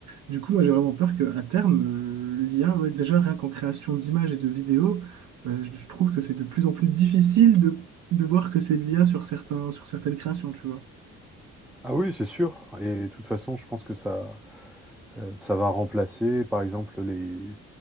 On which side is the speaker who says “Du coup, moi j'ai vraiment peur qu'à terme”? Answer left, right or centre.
Right